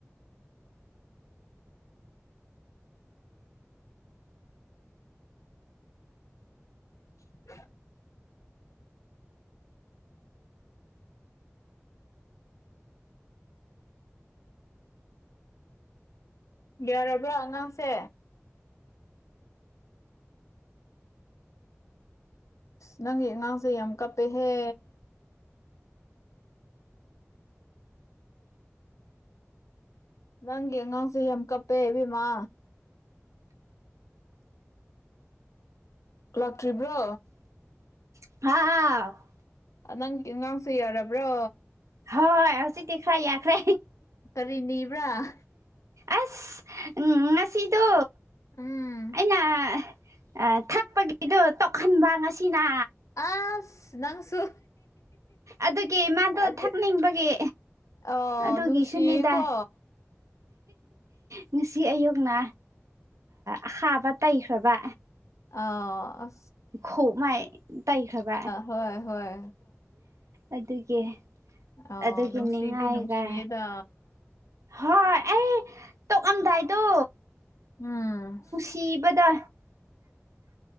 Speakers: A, on the left; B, on the right.
A: <inaudible> ꯌꯥꯔꯕ꯭ꯔꯥ ꯑꯉꯥꯡꯁꯦ ꯅꯪꯒꯤ ꯑꯉꯥꯡꯁꯦ ꯌꯥꯝ ꯀꯞꯄꯦꯍꯦ ꯅꯪꯒꯤ ꯑꯉꯥꯡꯁꯦ ꯌꯥꯝ ꯀꯞꯄꯦ ꯏꯕꯦꯝꯃꯥ ꯂꯥꯛꯇ꯭ꯔꯤꯕ꯭ꯔꯣ
B: ꯍꯥ
A: ꯅꯪ ꯑꯉꯥꯡꯁꯦ ꯌꯥꯔꯕ꯭ꯔꯣ
B: ꯍꯣꯏ ꯍꯧꯁꯤ ꯇꯤꯈ꯭ꯔ ꯌꯥꯈ꯭ꯔꯦ
A: ꯀꯔꯤ ꯅꯤꯕ꯭ꯔꯥ
B: ꯑ ꯎꯝ ꯉꯁꯤꯗꯣ
A: ꯎꯝ
B: ꯑꯩꯅ ꯑ ꯊꯛꯄꯒꯤꯗꯣ ꯇꯣꯛꯍꯟꯕ ꯉꯁꯤꯅ
A: ꯑ ꯅꯪꯁꯨ
B: ꯑꯗꯨꯒꯤ ꯃꯥꯗꯣ
A: ꯑ
B: ꯊꯛꯅꯤꯡꯕꯒꯤ
A: ꯑ
B: ꯑꯗꯨꯒꯤꯁꯨꯅꯤꯗ
A: ꯅꯨꯡꯁꯤꯌꯦꯀꯣ
B: ꯉꯁꯤ ꯑꯌꯨꯛꯅ ꯑꯁꯥꯕ ꯇꯩꯈ꯭ꯔꯕ
A: ꯑ
B: ꯈꯣꯛ ꯃꯥꯏ ꯇꯩꯈ꯭ꯔꯕ
A: ꯍꯣꯏ ꯍꯣꯏ
B: ꯑꯗꯨꯒꯤ
A: ꯑꯅꯨꯡ
B: ꯑꯗꯨꯒꯤ ꯅꯤꯡꯉꯥꯏꯒ
A: ꯁꯤꯗꯤꯤꯅꯨꯡꯁꯤꯦꯗ
B: ꯍꯣꯏ ꯑꯩ ꯇꯣꯛꯑꯝꯗꯥꯏꯗꯣ
A: ꯎꯝ
B: ꯁꯤꯕꯗ